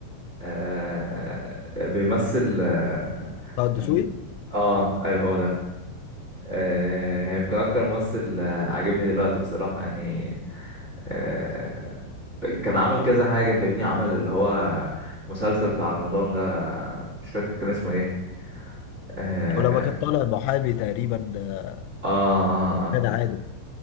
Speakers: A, on the right (about 20°); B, on the left (about 85°).
A: أه بيمثل اه
B: طه الدسوقي
A: كان- آه، ايوه هو ده أه يمكن اكتر ممثل آه، عاجبني دلوقتي بصراحه يعني أه كان عمل كذا حاجه فاهمني عمل اللي هو مسلسل بتاع رمضان ده مش فاكر كان اسمه ايه اه
B: ولما كان طالع محامي تقريبا آه،
A: اه اه, آه.
B: كان عادل